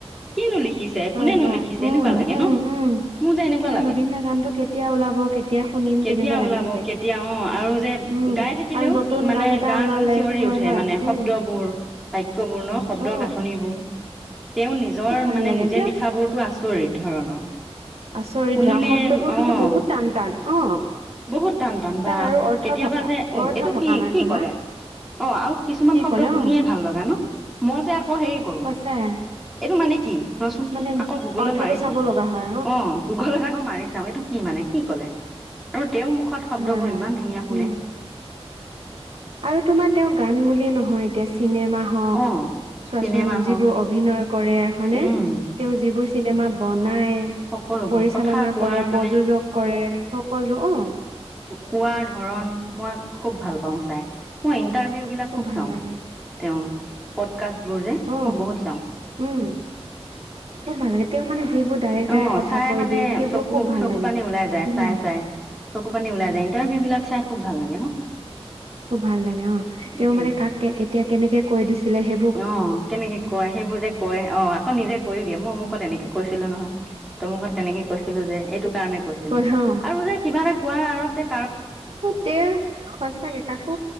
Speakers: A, in the centre; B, on the right.
A: কিনো লিখিছে, কোনে
B: হয়
A: নোলিখিছে,
B: হয়
A: এনেকুৱা
B: উম
A: লাগে
B: উম
A: ন।
B: উম
A: মোৰ যে এনেকুৱা
B: কিন্তু
A: লাগে
B: জুবিন দাৰ গানটো কেতিয়া ওলাব কেতিয়া শুনিম
A: কেতিয়া
B: তেনেকুৱা
A: ওলাব,
B: লাগি থাকে
A: কেতিয়া অ আৰু যে
B: উম
A: গাই থাকিলেও
B: আৰু নতুন
A: মানে
B: গান এটা
A: গাৰ
B: ওলালে
A: নোম শিয়ৰি
B: হয়
A: উঠে
B: হয়
A: মানে শব্দবোৰ
B: উম
A: বাক্যবৰ্ণ শব্দৰ
B: অ
A: গাঁথনিবোৰ তেওঁ নিজৰ
B: খুব ভাল
A: মানে
B: লাগে
A: নিজে
B: তেওঁ
A: লিখাবোৰতো আচৰিত ধৰণৰ
B: আচৰিত
A: শুনিলে
B: ধৰণৰ শব্দবোৰ কিন্তু
A: অ'
B: বহুত টান টান অ
A: বহুত টান টান বা
B: আৰু অৰ্থ
A: কেতিয়াবা
B: থকা
A: যে অ
B: অৰ্থ
A: এইটো
B: থকা
A: কি
B: মানে
A: কি
B: তোমাৰ
A: কলে? ! অ আৰু কিছুমান
B: কি
A: শব্দ
B: ক'লে
A: শুনিয়ে
B: অ
A: ভাল লগা ন। মই যে আকৌ হেৰি কৰো
B: সঁচাই
A: এইটো মানে কি ৰচোন
B: মানে
A: আকৌ গুগলত
B: অৰ্থটো
A: মাৰি
B: চাব
A: চাওঁ।
B: লগা হয়
A: অ গুগলত আকৌ মাৰি চাওঁ, এইটো কি মানে কি ক'লে। আৰু তেওঁৰ মুখত শব্দবোৰ
B: হয় হয়
A: ইমান ধুনীয়া শুনে।
B: উম আৰু তোমাৰ তেওঁ গান বুলিয়ে নহয় এতিয়া চিনেমা হওঁক,
A: অ'
B: চোৱাচোন
A: চিনেমা হওক
B: যিবোৰ অভিনয় কৰে হয়নে
A: উম
B: তেওঁ যিবোৰ চিনেমা বনাই
A: সকলোবোৰ
B: পৰিচালনা
A: কথা কোৱাৰ
B: কৰে
A: মানে
B: প্ৰযোজক কৰে সকলো অ
A: কোৱা ধৰণ মই খুব ভাল পাওঁ চাই মই ইণ্টাৰভিউ বিলাক খুব
B: ভাল
A: চাওঁ
B: লাগে
A: তেওঁ কাচবোৰৰে
B: অ
A: মই বহুত চাওঁ।
B: উম খুব ভাল লাগে তেওঁ মানে যিবোৰ ডাইৰেক্ট ডাইৰেক্ট
A: অ
B: কথা
A: চাই
B: কৈ
A: মানে
B: দিয়ে সেইবোৰ
A: চকু
B: খুব ভাল
A: চকু
B: লাগে
A: পানী ওলাই যায়
B: উম
A: চাই চাই। চকু পানী ওলাই যায় ইণ্টাৰভিউ বিলাক চাই খুব ভাল লাগে ন।
B: খুব ভাল লাগে অ তেওঁ
A: উম
B: মানে কাকে কেতিয়া কেনেকে কৈ দিছিলে সেই
A: অ কেনেকে কয় সেইবোৰ যে কয় অ আকৌ নিজে কয় দিয়ে মোৰ অমুকত এনেকে কৈ ছিলো নহয় তমুকত তেনেকে কৈছিলো যে এইটো কাৰণে কৈছিলো
B: কৈ অ
A: আৰু যে কিবা এটা কোৱাৰ আঁৰত যে কাৰ
B: তে সঁচাকে কাকো